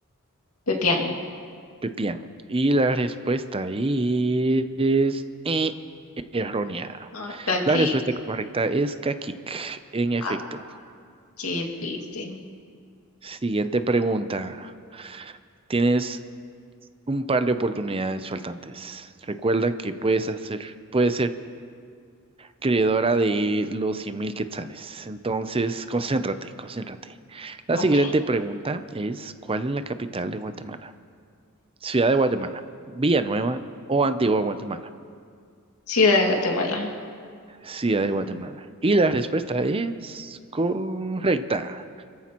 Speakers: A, on the left; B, on the right.
A: Pepián.
B: Pepián. Y la respuesta es... Errónea.
A: Ah, está aquí.
B: La respuesta correcta es Kakik. En efecto.
A: Ah, qué triste.
B: Siguiente pregunta. Tienes un par de oportunidades faltantes. Recuerda que puedes hacer, puedes ser creadora de los 100 mil quetzales. Entonces, <laughs> concéntrate, concéntrate. La
A: Ok.
B: siguiente pregunta es, ¿cuál es la capital de Guatemala? Ciudad de Guatemala, Villanueva o Antigua Guatemala.
A: Ciudad de Guatemala.
B: Ciudad de Guatemala. Y la respuesta es correcta.